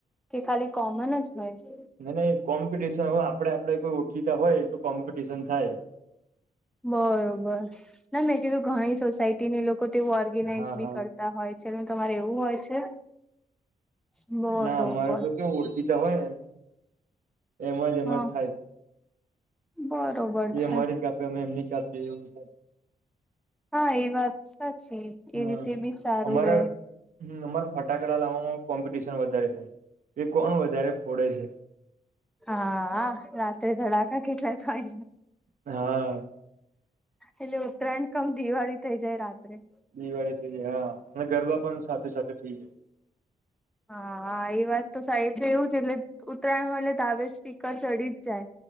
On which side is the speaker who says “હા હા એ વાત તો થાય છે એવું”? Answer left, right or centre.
Centre